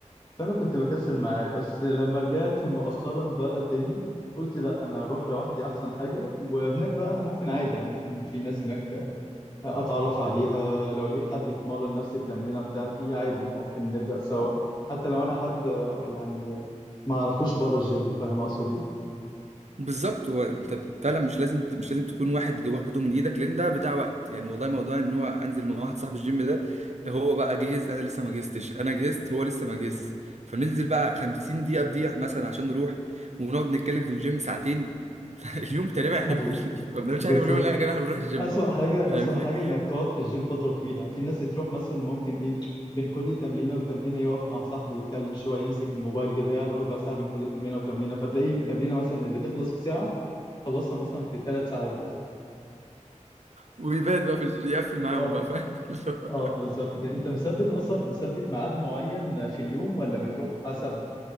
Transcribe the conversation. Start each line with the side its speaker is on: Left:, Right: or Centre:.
Left: فانا كنت بكسل معاه بس لما رجعت مؤخرا بقى تاني قلت لا انا اروح لوحدي احسن حاجه وهناك بقى انا ممكن عادي يعني ممكن في ناس هناك اتعرف عليها لو لقيت حد بيتمرن نفس التمرينة بتاعتي عادي ممكن نبدأ سوا حتى لو انا حد آه، يعني ما اعرفوش بره الجيم فاهم اقصد ايه
Right: بالظبط هو انت فعلا مش لازم مش لازم تكون واحد واخده من ايدك لان ده بيضيع وقت يعني والله موضوع ان هو انزل مع واحد صاحب الجيم ده هو بقى جهز انا لسه ما جهزتش انا جهزت هو لسه ما جهزش فننزل بقى 50 دقيقة تضيع مثلا عشان نروح ونقعد نتكلم في الجيم ساعتين <laughs> فاليوم تقريبا احنا
Left: حقيقي
Right: بن... <laughs> ما بنعملش
Left: بالظبط
Right: حاجة في اليوم لا يا جماعة احنا بنروح الجيم
Left: اسوأ حاجة
Right: فاهمني
Left: اسوأ حاجة انك تقعد في الجيم فترة طويلة في ناس تروح مثلا ممكن ايه بين كل تمرينة وتمرينة يقف مع صاحبه يتكلم شوية يمسك الموبايل يضيع له ربع ساعة بين كل تمرينة وتمرينة فتلاقي التمرينة مثلا اللي تخلص في ساعة خلصها مثلا في ثلاث ساعات
Right: ويبات بقى في الج... يقفل معاهم
Left: اه
Right: بقى فاهم <laughs>
Left: اه بالظبط كده انت مثبت اصلا مثبت ميعاد معين في اليوم ولا بتروح حسب